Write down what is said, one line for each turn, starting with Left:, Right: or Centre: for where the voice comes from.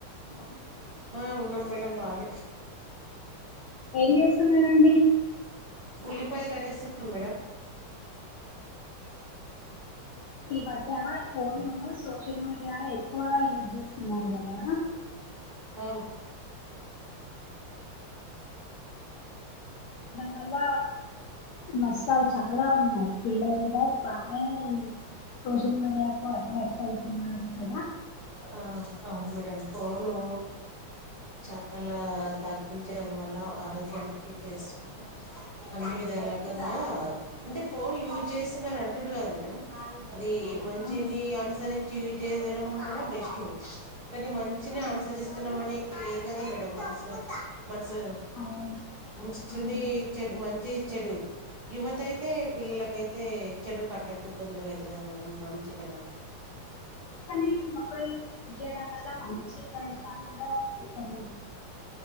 Right: ట ఆ ఉన్నాం మేడం బానే
Left: ఏం చేస్తున్నారండి?
Right: ఉల్లిపాయలు కట్ చేస్తున్నాం మేడం
Left: ఈ మధ్య ఫోను సోషల్ మీడియా ఇగా ఎక్కువ యూజ్ చేస్తున్నారు కదా.
Right: అవును
Left: వళ నష్టాలు చాలా ఉన్నాయి పిల్లలు కూడా బానే సోషల్ మీడియా కు అట్రాక్ట్ అయితున్నారు కదా.
Right: ఆ, అవును మేడమ్ ఫోను చాలా తగ్గించడం వల్ల ఆరోగ్యానికి ప్లస్ అన్ని విధాలు అలాకుండా అంటే ఫోన్ యూజ్ చేస్తున్నారుా అంటుండు కదా మేడం. అది మంచిని
Left: అవును
Right: అనుసరించి యూజ్ చేయడం వల్ల బెస్ట్ కానీ మంచినే
Left: ఆ,
Right: అనుసరిస్తున్నాం అనే లేదు కదా మేడం మనసున మన సు
Left: అవును
Right: మంచిని
Left: అవును
Right: చెడు మంచి చెడు యువత అయితే పిల్లలకైతే చెడుకు అట్రాక్ ట్ తొందరగా అయితరు కదా మేడం మంచి కన్నా
Left: కానీ మొబైల్ యూస్ చేయడం వల్ల మంచి ప్రయత్నాలు కూడా ఉన్నాయి కదండి.